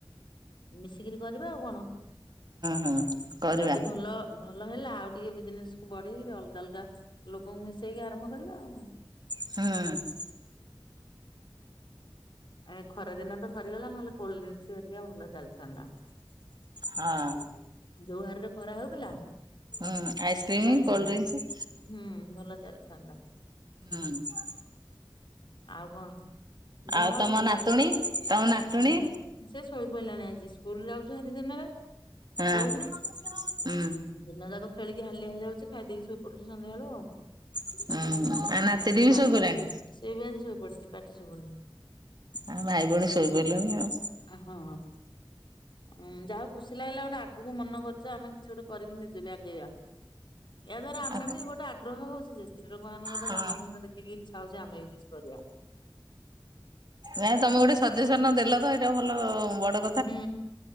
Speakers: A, on the left; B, on the right.
A: ମିଶିକିରି କରିବା ଆଉ କଣ
B: ହୁଁ କରିବା
A: ଯଦି ଭଲ ଭଲ ହେଲା ଆଉ ଟିକେ ବିଜିନେସ୍ କୁ ବଢେଇକିରି ଅଲଗା ଅଲଗା ଲୋକଙ୍କୁ ମିଶେଇକି ଆରମ୍ଭ କରିବା ଆଉ କଣ।
B: ହାଁ।
A: ଏ ଖରା ଦିନ ତ ସରିଗଲା ନହେଲେ କୋଲିଡ୍ରିଙ୍ଗସ୍ ହରିକା ଭଲ ଚାଲିଥାନ୍ତା।
B: ହାଁ।
A: ଯୋଉ ହାରିରେ ଖରା ହଉଥିଲା
B: ହୁଁ ଆଇସ୍କ୍ରିମ
A: ଚାଲିଥାନ୍ତା
B: କୋଲ୍ଡ ଡ୍ରିଙ୍କସ
A: ହୁଁ ଭଲ ଚାଲିଥାନ୍ତା।
B: ହୁଁ।
A: ଆଉ କଣ ଯାହା
B: ଆଉ
A: ହଉ
B: ତମ
A: ଭଲ
B: ନାତୁଣୀ ତମ ନାତୁଣୀ
A: ହୁଁ। ସେ ଶୋଇ ପଇଲାଣି ଆଜି ସ୍କୁଲ ଯାଉଛି ହାରି ଦିନରେ
B: ହଁ
A: ଶୋଉନି।
B: ହୁଁ
A: ଦିନ ଯାକ ଖେଳି କି ହାଲିଆ ହେଇଯାଉଛି ଖାଇ ଦେଇକି ଶୋଇ ପଡୁଛି ସଂଧ୍ୟାଏଳୁ ଆଉ।
B: ହୁଁ ଆ ନାତିଟି
A: ଆଜି
B: ବି
A: ନାତିବି
B: ଶୋଇପଇଲାଣି
A: ସେବି ଆଜି ସୋଇପଡ଼ିଚି ପାଟି ଶୁବୁନି।
B: ଆଉ ଭାଇ ଭଉଣୀ ଶୋଇପଡ଼ିଲେଣି ଆଉ।
A: ହଁ ଉଁ ଯାହା ହଉ ଖୁସି ଲାଗିଲା ଗୋଟେ ଆ ଆଗକୁ ମନ କରିଚ ଆମେ କିଛି ଗୋଟେ କରିକି ନିଜେବି ଆଗେଇବା ଏୟା ଦ୍ଵାରା ଆମେବି
B: ଆଉ କ
A: ଗୋଟେ ଆ ଆଗ୍ରହ ହଉଚିଯେ ସ୍ତ୍ରୀ ଲୋକମାନଙ୍କର
B: ହଁ।
A: କାମଧନ୍ଦା ଦେଖିକି ଇଚ୍ଛା ହଉଚି ଆମେବି କିଛି କରିବା।
B: ନାଇଁ ତମେ ଗୋଟେ ସଜେସନ୍ ଦେଲତ ଏଇଟା ଭଲ ବଡ଼
A: ହୁଁ